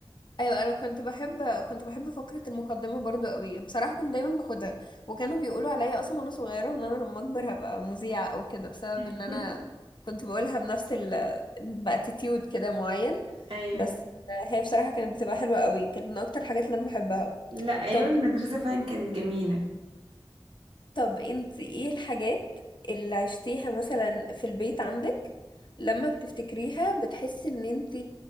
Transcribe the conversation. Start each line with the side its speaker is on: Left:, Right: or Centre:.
Left: ايوه انا كنت بحب كنت بحب فقره المقدمه برضو قوي بصراحه كنت دايما باخدها وكانوا بيقولوا عليا اصلا وانا صغيره ان انا لما اكبر هبقى مذيعه او كده بسبب
Right: <laughs>
Left: ان انا كنت بقولها بنفس ال باتيتيود كده معين
Right: ايوه
Left: بس هي بصراحه كانت بتبقى حلوه قوي كانت من اكتر الحاجات اللي انا بحبها
Right: لا ايام
Left: طب
Right: المدرسة فعلا كانت جميلة
Left: طب انت ايه الحاجات اللي عشتيها مثلا في البيت عندك لما بتفتكريها بتحسي ان انت